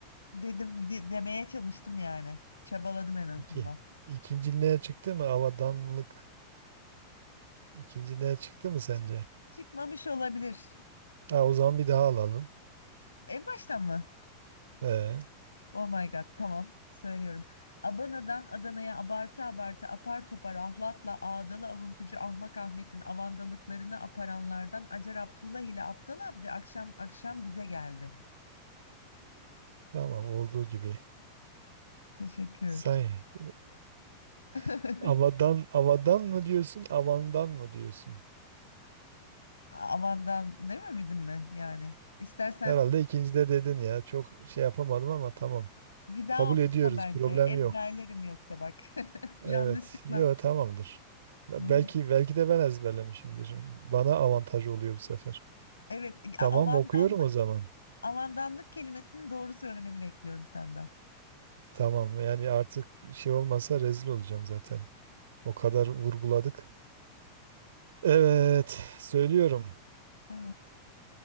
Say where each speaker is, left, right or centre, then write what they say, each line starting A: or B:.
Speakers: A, on the left (about 80°); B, on the right (about 60°).
A: Dedim de- demeye çalıştım yani. Çabaladım en azından.
B: İki. İkinci neye çıktı mı? Avadanlık. İkinci neye çıktı mı sence?
A: Çık- çıkmamış olabilir.
B: Ha, o zaman bir daha alalım.
A: En baştan mı?
B: Ee,
A: Oh my God, tamam söylüyorum. Abana'dan Adana'ya abartı abartı apar topar ahlatla ağdalı avuntucu Ahmak Ahmet'in avandalıklarını aparanlardan Acar Abdullah ile Aptal Abdi akşam akşam bize geldi.
B: tamam olduğu gibi.
A: Teşekkür.
B: Sanki
A: <laughs>
B: <laughs> avadan avadan mı diyorsun, avandan mı diyorsun?
A: Avandan dememedim mi yani? İstersen
B: Herhalde ikincide dedin ya. Çok şey yapamadım ama tamam.
A: bir daha
B: Kabul
A: okutma
B: ediyoruz.
A: bence.
B: Problem
A: Ezberlerim
B: yok.
A: yoksa bak. <laughs> Yanlışlıkla.
B: Evet. Yo tamamdır. Be-
A: Hı hı.
B: Belki belki de ben ezberlemişimdir. Bana avantaj oluyor bu sefer.
A: Evet, a-
B: Tamam
A: avandanlık
B: okuyorum o zaman.
A: avandanlık kelimesini doğru söylemeni bekliyorum senden.
B: Tamam yani artık şey olmasa rezil olacağım zaten. O kadar vurguladık. Evet söylüyorum.
A: Evet.